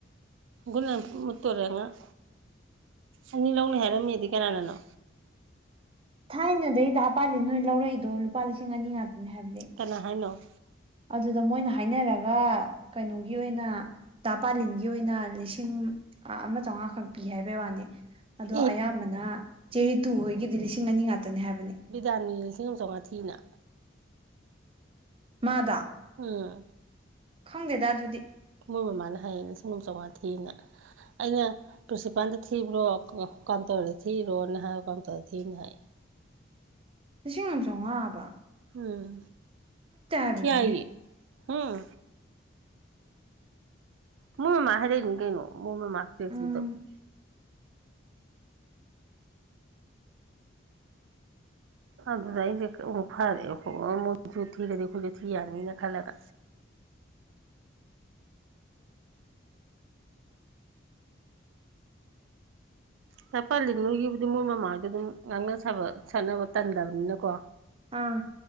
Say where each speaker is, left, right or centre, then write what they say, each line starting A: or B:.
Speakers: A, on the right; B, on the right.
A: ꯒꯨꯠ ꯅꯥꯏꯗ ꯃꯨꯠꯇꯧꯔꯦ ꯑꯉꯥꯡ ꯑꯅꯤ ꯂꯧꯅꯤ ꯍꯥꯏꯔꯝꯃꯦꯗꯤ ꯀꯅꯥꯅꯅꯣ
B: ꯊꯥꯏꯅꯗꯩ ꯗꯥ ꯄꯥꯂꯤꯟ ꯅꯣꯏ ꯂꯧꯔꯛꯏꯗꯣ ꯂꯨꯄꯥ ꯂꯤꯁꯤꯡ ꯑꯅꯤ ꯉꯥꯛꯇꯅꯦ ꯍꯥꯏꯕꯅꯦ
A: ꯀꯅꯥ ꯍꯥꯏꯅꯣ
B: ꯑꯗꯨꯗ ꯃꯣꯏꯅ ꯍꯥꯏꯅꯔꯒ ꯀꯩꯅꯣꯒꯤ ꯑꯣꯏꯅ ꯇꯥ ꯄꯥꯂꯤꯟꯒꯤ ꯑꯣꯏꯅ ꯂꯤꯁꯤꯡ ꯑ ꯑꯃꯆꯉꯥ ꯈꯛ ꯄꯤ ꯍꯥꯏꯕꯩ ꯋꯥꯅꯤ ꯑꯗꯣ
A: ꯏ
B: ꯑꯌꯥꯝꯕꯅ ꯆꯦꯔꯤꯇꯨ ꯍꯣꯏꯒꯤꯗꯤ ꯂꯤꯁꯤꯡ ꯑꯅꯤ ꯉꯥꯛꯇꯅꯤ ꯍꯥꯏꯕꯅꯤ
A: ꯕꯤꯗꯥꯥꯟꯅꯤ ꯂꯤꯁꯤꯡ ꯑꯃ ꯆꯉꯥ ꯊꯤꯅ
B: ꯃꯥꯗꯣ
A: ꯎꯝ
B: ꯈꯪꯗꯦꯗ ꯑꯗꯨꯗꯤ
A: ꯃꯣꯏ ꯃꯃꯥꯅ ꯍꯥꯏꯌꯦ ꯂꯤꯁꯤꯡ ꯑꯃ ꯆꯧꯉꯥ ꯊꯤꯌꯦꯅ ꯑꯩꯅ ꯄ꯭ꯔꯤꯟꯁꯤꯄꯥꯟꯗ ꯊꯤꯕ꯭ꯔꯣ ꯀ ꯀꯥꯎꯟꯇꯔꯗ ꯊꯤꯕ꯭ꯔꯣꯅ ꯍꯥꯏꯕ ꯀꯥꯎꯟꯇꯔꯗ ꯊꯤꯅꯤ ꯍꯥꯏ
B: ꯂꯤꯁꯤꯡ ꯑꯃ ꯆꯧꯉꯥ ꯑꯕ
A: ꯎꯝ
B: ꯍꯥꯏꯕꯅꯦꯍꯦ
A: ꯊꯤꯍꯥꯏꯌꯦ ꯍꯨꯝ ꯃꯣꯏ ꯃꯃꯥ ꯍꯥꯏꯔꯛꯏꯅꯤ ꯀꯩꯅꯣ ꯃꯣꯏꯃꯃꯥ <unintelligible>
B: ꯎꯝ
A: ꯑꯗꯨꯗꯩꯗꯤ <unintelligible> ꯐꯔꯦ <unintelligible> ꯃꯣꯏꯁꯨ ꯊꯤꯔꯗꯤ ꯑꯩꯈꯣꯏꯁꯨ ꯊꯤ ꯌꯥꯅꯤꯅ ꯈꯜꯂꯒ ꯇꯥ ꯄꯥꯂꯤꯟ ꯅꯣꯏꯒꯤꯕꯨꯗꯤ ꯃꯣꯏ ꯃꯃꯥꯍꯣꯏꯗꯣ ꯑꯗꯨꯝ ꯉꯥꯡꯅ ꯁꯥꯕ ꯁꯥꯟꯅꯕ ꯇꯟꯗꯕꯅꯤꯅꯀꯣ
B: ꯑꯥ